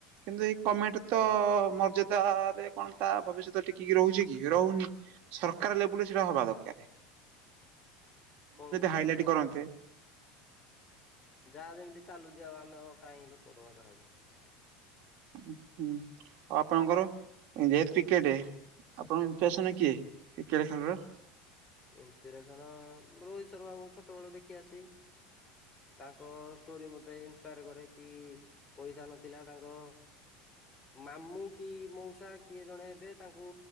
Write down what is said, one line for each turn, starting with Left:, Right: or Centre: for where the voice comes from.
Right: କିନ୍ତୁ ଏଇ କମେଣ୍ଟେ ତ ମର୍ଯ୍ୟାଦାରେ କଣ ତା ଭବିଷ୍ୟତ ଟିକେକି ରହୁଛି କି ରହୁନି। ସରକାର ଲେବୁଲେ ସେଟା ହବା ଦରକାରେ।
Left: କଣ କରିବା
Right: ହାଇଲାଇଟ
Left: ଯାହା
Right: କରନ୍ତେ
Left: ଆଉ। ଯାହା ଯେମିତି ଚାଲୁ ଆଉ ଆମେ କାହିଁ ଦୋଷ ଦବା କାହାକୁ।
Right: ହୁଁ ଆଉ ଆପଣଙ୍କର ଯେହେତୁ କ୍ରିକେଟ? ଆପଣଙ୍କ ଇଫେସନ୍ କିଏ କ୍ରିକେଟେ ଖେଳର?
Left: ଇନ୍ସିପିରେସନ୍ ରୋହିତ ଶର୍ମାଙ୍କୁ ଛୋଟ ବେଳୁ ଦେଖି ଆସିଛୁ। ତାଙ୍କ ଷ୍ଟୋରି ମତେ ଇନ୍ସପାୟାର କରେ କି। ପଇସା ନଥିଲା ତାଙ୍କ ମାମୁଁ କି ମଉସା କିଏ ଜଣେ ହେବେ ତାଙ୍କୁ